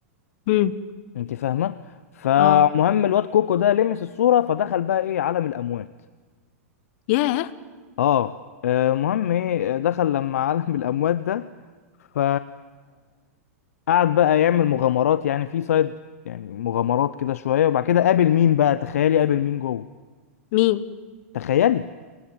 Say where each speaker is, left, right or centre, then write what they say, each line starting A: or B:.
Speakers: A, on the left (about 50°); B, on the left (about 70°).
A: مم.
B: انت فاهمة فمهم
A: اه
B: الواد كوكو ده لمس الصورة فدخل بقى ايه عالم الاموات
A: ياه
B: اه آه، مهم ايه دخل لما عالم <laughs> الاموات ده ف قعد بقى يعمل مغامرات يعني في سايد يعني مغامرات كده شويه وبعد كده قابل مين بقى تخيلي قابل مين جوه
A: مين
B: تخيلي